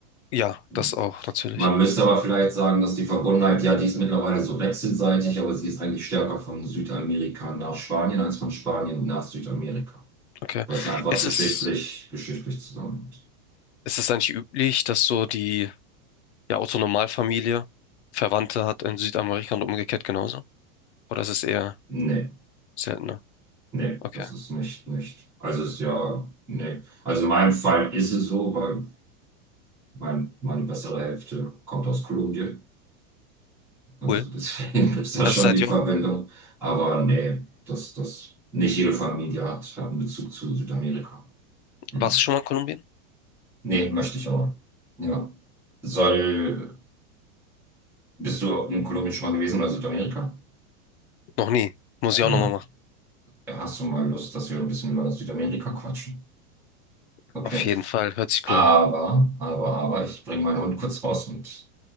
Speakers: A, on the left; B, in the centre.
A: Ja,
B: Hm.
A: das auch, natürlich.
B: Man müsste aber vielleicht sagen, dass die Verbundenheit, ja, die ist mittlerweile so wechselseitig, aber sie ist eigentlich stärker von Südamerika nach Spanien als von Spanien nach Südamerika.
A: Okay.
B: Was ja einfach
A: Ist
B: geschichtlich,
A: es,
B: geschichtlich zusammenhängt.
A: ist es eigentlich üblich, dass so die, ja, Otto-Normalfamilie Verwandte hat in Südamerika und umgekehrt genauso? Oder ist es eher
B: Nee.
A: seltener?
B: Nee,
A: Okay.
B: das ist nicht, nicht. Also ist ja, nee. Also in meinem Fall ist es so, weil mein, meine bessere Hälfte kommt aus Kolumbien. Also
A: Cool.
B: deswegen <laughs> ist das
A: Also
B: schon
A: seid
B: die
A: ihr
B: Verwendung.
A: auch,
B: Aber nee, das, das, nicht jede Familie hat, hat einen Bezug zu Südamerika. Hm.
A: warst du schon mal in Kolumbien?
B: Nee, möchte ich aber. Ja. Soll, bist du in Kolumbien schon mal gewesen oder Südamerika?
A: Noch nie. Muss ich
B: Ja.
A: auch nochmal machen.
B: Ja, Hast du mal Lust, dass wir ein bisschen über Südamerika quatschen? Okay.
A: Auf jeden Fall. Hört sich
B: Aber,
A: cool an.
B: aber, aber, ich bringe meinen Hund kurz raus und